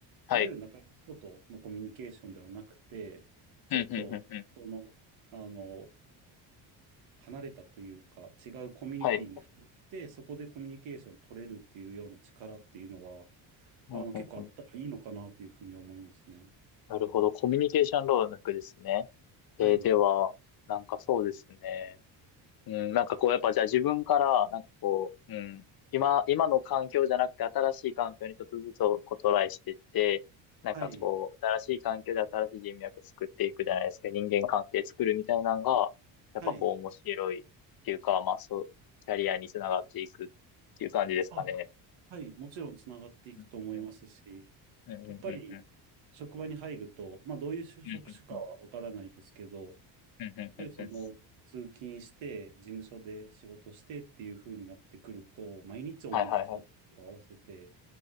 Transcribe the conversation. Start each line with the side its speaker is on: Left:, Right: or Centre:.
Left: はい。
Right: いわゆる仲間の人とのコミュニケーションではなくて、ちょっとその、
Left: うん、うん、うん、うん。
Right: あの、離れたというか、違うコミュニティに入って、
Left: はい。
Right: そこでコミュニケーション取れるっていうような力っていうのは、
Left: うん、
Right: あの、
Left: うん、
Right: 結構あったらいいのかなというふうに思いますね。
Left: うん。なるほど。コミュニケーション労力ですね。で、
Right: はい、
Left: では、なんかそうですね。うん、なんかこう、やっぱじゃあ自分から、なんかこう、うん、今、今の環境じゃなくて新しい環境にちょっとずつこうトライしていって、なんかこう、
Right: はい、
Left: 新しい環境で新しい人脈作っていくじゃないですか。人間関係作るみたいなのが、やっぱこう面白いっていうか、
Right: はい。
Left: まあそう、キャリアにつながっていくっていう感じですかね。
Right: あ、はい、もちろんつながっていくと思いますし、
Left: うんうんうんうんうんうんうん
Right: やっぱり職場に入ると、まあ、どういう職種かはわからないですけど、
Left: うんうん
Right: やっ
Left: うんうんうんうんうん
Right: ぱりその通勤して、事務所で仕事してっていう風になってくると、毎日同じ人と合わせて、
Left: はいはいはい。